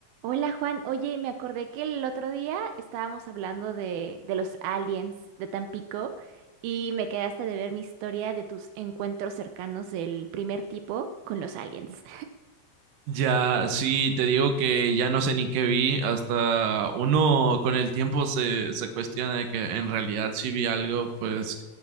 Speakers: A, on the right (about 80°); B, on the right (about 65°).
A: Hola Juan, oye, me acordé que el otro día estábamos hablando de, de los aliens de Tampico y me quedaste de ver mi historia de tus encuentros cercanos del primer tipo con los aliens.
B: Ya, sí, te digo que ya no sé ni qué vi, hasta uno con el tiempo se, se cuestiona de que en realidad si vi algo, pues